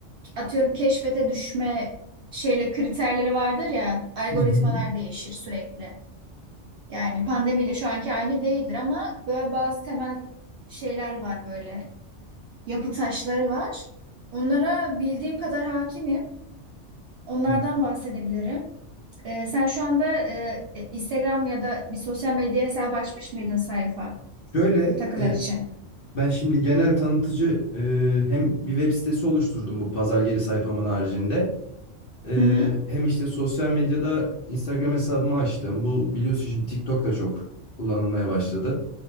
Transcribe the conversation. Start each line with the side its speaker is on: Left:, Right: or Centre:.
Right: atıyorum keşfete düşme şeyle kriterleri vardır ya algoritmalar
Left: Hı hı.
Right: değişir sürekli. Yani pandemiyle şu anki aynı değildir ama böyle bazı temel şeyler var böyle yapı taşları var. Onlara bildiğim kadar hakimim. Onlardan
Left: Hı.
Right: bahsedebilirim. E, sen şu anda e, e, Instagram ya da bir sosyal medya hesabı açmış mıydın sayfa
Left: Şöyle
Right: takılar
Left: e,
Right: için?
Left: ben şimdi genel tanıtıcı e, hem bir web sitesi oluşturdum bu pazar yeri sayfamın haricinde. E,
Right: Hı hı.
Left: hem işte sosyal medyada Instagram hesabımı açtım. Bu biliyorsun şimdi TikTok da çok kullanılmaya başladı.